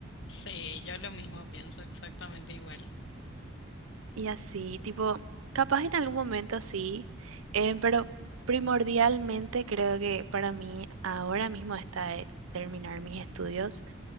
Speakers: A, on the left; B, on the right.
A: sí, yo lo mismo pienso exactamente igual.
B: Y así, tipo, capaz en algún momento sí, eh, pero primordialmente creo que para mí ahora mismo está eh, terminar mis estudios